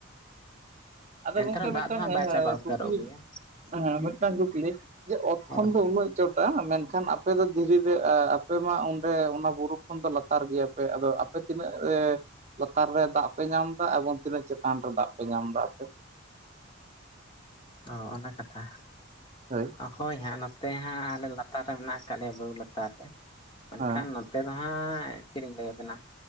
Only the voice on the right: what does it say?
ᱟᱫᱚ
ᱜᱚᱝᱠᱮ
ᱢᱤᱫᱴᱟᱝ
ᱟ
ᱠᱩᱠᱞᱤ
ᱦᱮᱸ ᱢᱤᱫᱴᱟᱝ ᱠᱩᱠᱞᱤ ᱡᱮ ᱚᱛ
ᱠᱷᱚᱱ ᱫᱚ ᱩᱱᱟᱹᱜ ᱪᱚᱴᱟ ᱢᱮᱱᱠᱷᱟᱱ ᱟᱯᱮ ᱫᱚ ᱫᱷᱤᱨᱤ ᱨᱮ, ᱟ ᱟᱯᱮ ᱢᱟ ᱚᱸᱰᱮ ᱚᱱᱟ ᱵᱩᱨᱩ ᱠᱷᱚᱱ ᱫᱚ ᱞᱟᱛᱟᱨ ᱜᱮᱭᱟ ᱯᱮ ᱟᱫᱚ ᱟᱯᱮ ᱛᱤᱱᱟᱹᱜ ᱮ ᱞᱟᱛᱟᱨ ᱨᱮ ᱫᱟᱜ ᱯᱮ ᱧᱟᱢ ᱮᱫᱟ ᱮᱵᱚᱝ ᱛᱤᱱᱟᱹᱜ ᱪᱮ ᱛᱟᱱ ᱨᱮ ᱫᱟᱜ ᱯᱮ ᱧᱟᱢ ᱫᱟ ᱟᱯᱮ?
ᱦᱳᱭ᱾
ᱦᱮᱸ